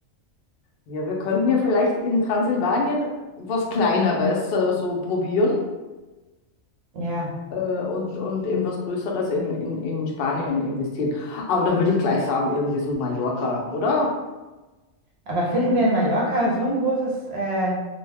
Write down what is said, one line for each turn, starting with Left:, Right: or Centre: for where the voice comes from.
Left: Ja, wir könnten ja vielleicht in Transsilvanien was Kleineres äh, so probieren
Right: Ja,
Left: äh, und, und in was Größeres in, in, in Spanien investieren. Aber dann würde ich gleich sagen, irgendwie so Mallorca, oder?
Right: aber finden wir in Mallorca so ein großes äh,